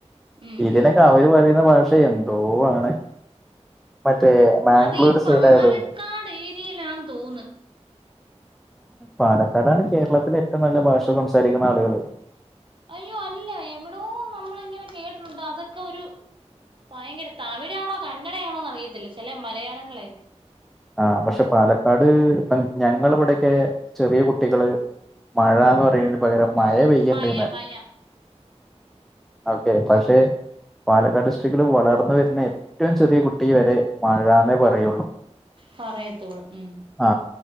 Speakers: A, on the right; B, in the centre.
A: ഉം
B: ഇതിനൊക്കെ
A: ഉം ഉം
B: അവര് പറയുന്ന ഭാഷ എന്തോ ആണ് മറ്റേ മാംഗ്ലൂർ
A: അതീ പാലക്കാട്
B: സൈഡ് ആയതുകൊണ്ട്
A: ഏരിയയിലാ ന്ന് തോന്ന്‌
B: പാലക്കാടാണ് കേരളത്തിലെ ഏറ്റവും നല്ല ഭാഷ സംസാരിക്കുന്ന ആളുകള്
A: അയ്യോ അല്ല എവിടോ നമ്മളിങ്ങനെ കേട്ടിട്ടുണ്ട് അതൊക്കൊ ഒരു ഫയങ്കര തമിഴാണോ കന്നഡയാണോന്ന് അറിയത്തില്ല ചില മലയാളങ്ങളെ
B: ആ പക്ഷെ പാലക്കാട് ഞങ്ങളവിടൊക്കെ ചെറിയ കുട്ടികള് മഴ ന്ന് പറയയന പകരം മയ പെയ്യണ്ട്
A: മയ
B: ന്ന്‌ പറിം
A: മയ
B: ഓക്കെ പക്ഷെ
A: ഉം
B: പാലക്കാട് ഡിസ്ട്രിക്റ്റിൽ വളർന്ന വരുന്ന ഏറ്റവും ചെറിയ കുട്ടി വരെ മഴന്നേ പറയുള്ളൂ
A: പറയത്തോളൂ ഉം
B: ആ